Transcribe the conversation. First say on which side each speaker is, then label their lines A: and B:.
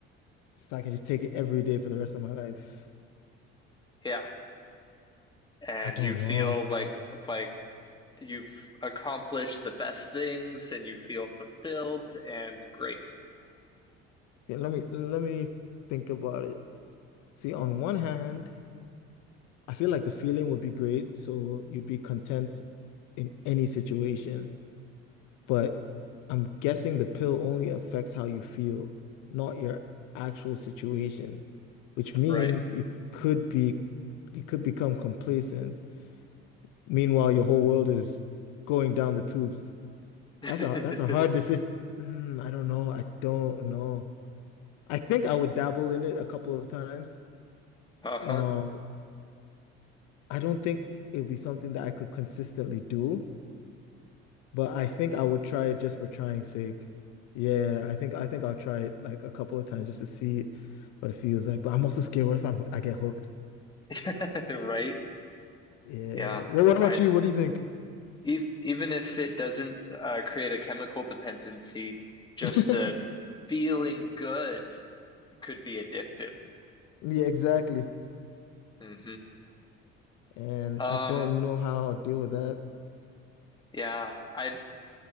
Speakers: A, on the left; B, on the left.
A: So I can just take it every day for the rest of my life.
B: Yeah. And
A: I don't
B: you feel
A: know.
B: like like you've accomplished the best things and you feel fulfilled and great,
A: Yeah, let me let me think about it. See, on one hand, I feel like the feeling would be great, so you'd be content in any situation. But I'm guessing the pill only affects how you feel, not your actual situation, which means
B: right?
A: you could be you could become complacent Meanwhile, your whole world is going down the tubes.
B: <laughs>
A: That's a that's a hard decision. Mm, I don't know. I don't know. I think I would dabble in it a couple of times.
B: Uh-huh.
A: Um, I don't think it would be something that I could consistently do, but I think I would try it just for trying sake. Yeah, I think I think I'll try it like a couple of times just to see what it feels like. But I'm also scared. What if I'm I get hooked?
B: <laughs> Right?
A: Yeah.
B: Yeah.
A: Well, what about
B: I'd
A: you? What do you think?
B: ev even if it doesn't uh, create a chemical dependency, just
A: <laughs>
B: the feeling good could be addictive.
A: Yeah, exactly.
B: hmm
A: And
B: Um,
A: I don't know how I'll deal with that.
B: yeah. I